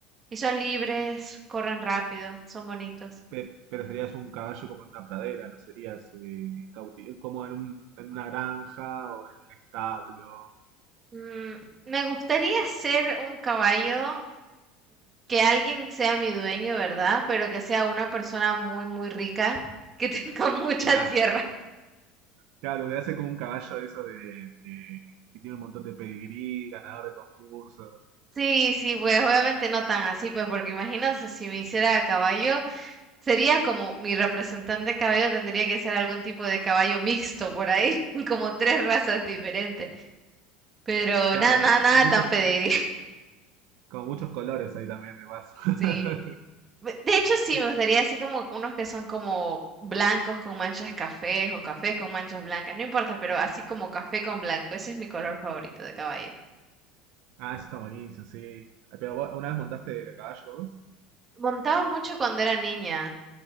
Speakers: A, on the right; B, on the right.
A: Y son libres, corren rápido, son bonitos.
B: pe- pero serías un caballo como en una pradera, no serías eh, cauti- como en un- en una granja o en un establo.
A: Mm, me gustaría ser un caballo que alguien sea mi dueño, ¿verdad? Pero que sea una persona muy, muy rica, que tenga <laughs> mucha
B: Claro,
A: tierra.
B: claro, te hace como un caballo de esos de, de- que tiene un montón de pedigrí, ganador de concursos.
A: Sí, sí, pues obviamente no tan así, pues porque imagino que si me hiciera a caballo, sería como mi representante caballo tendría que ser algún tipo de caballo mixto por ahí, <laughs> como tres razas diferentes, pero
B: Claro,
A: nada, nada,
B: tipo,
A: nada
B: con muchos,
A: tan pediría, <laughs>
B: con muchos colores ahí también de paso. <laughs>
A: sí. Be- De hecho, sí,
B: Y,
A: me gustaría así como unos que son como blancos con manchas cafés o cafés con manchas blancas, no importa, pero así como café con blanco, ese es mi color favorito de caballo.
B: ah, eso está buenísimo, sí. Pero, ¿vos ¿una vez montaste a caballo vos?
A: Montaba mucho cuando era niña.